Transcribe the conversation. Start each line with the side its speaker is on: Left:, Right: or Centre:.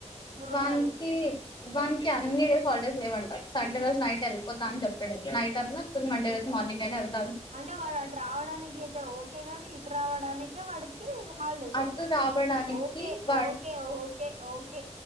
Right: మూడు రోజులు
Left: వానికి
Right: అడుండి
Left: వాన్ కి అన్ని డేస్ హల్ డేస్ లేవ్వంట సండే రోజ నైట్ ఎల్పోత్ త అని చెప్పిండు డి నైట్ అన్న త్ మండే రోజు మార్నింగ్ అయినా ఎల్
Right: అంటే వాడు అటు రావడానికి అయితే ఓ కే గాని ఇటు రావడానికే వాడికి హాలిడేస్
Left: అటు
Right: ఉండ యి
Left: రావడానికి
Right: ఒకే
Left: వాడు
Right: ఒకే ఒకే ఒకే